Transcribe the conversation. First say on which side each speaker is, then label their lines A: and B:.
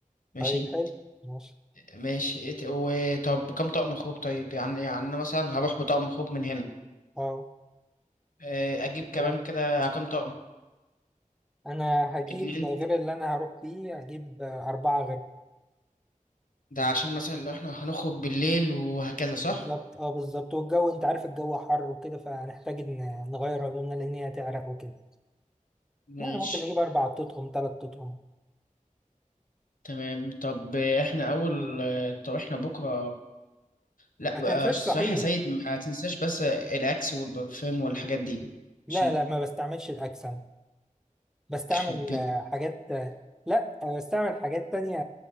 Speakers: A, on the left; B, in the centre.
A: ماشي
B: طيب حلو ماشي
A: ماشي إت- وطب كم طقم خروج طيب يعني يعني انا مثلا هروح بطقم خروج من هنا
B: أه
A: آه، اجيب كمان
B: تمام
A: كده كم طقم
B: أنا هجيب
A: اتنين
B: غير اللي أنا هروح بيه هجيب آه، أربعة غير
A: ده عشان مثلا لو احنا هنخرج بالليل وهكذا صح
B: بالظبط أه بالظبط والجو أنت عارف الجو حر وكده فهنحتاج إن نغير هدومنا لأن هي هتعرق وكده
A: ماشي
B: يعني ممكن نجيب أربع تطقم تلات تطقم
A: تمام طب احنا اول طب احنا بكره لا
B: ما
A: بقى
B: تنساش
A: صحيح
B: صحيح
A: يا سيد ما تنساش بس الاكس والبرفان والحاجات دي
B: لا
A: ماشي
B: لا ما بستعملش الأكسنة بستعمل
A: يخرب بيت.
B: آه، حاجات آه، لا آه، بستعمل حاجات تانية